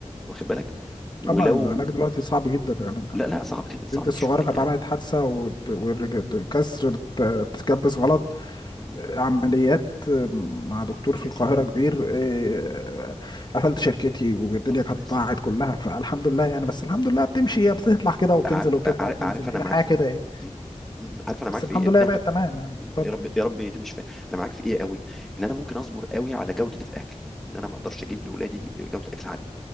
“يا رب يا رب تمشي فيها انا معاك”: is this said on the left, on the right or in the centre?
Centre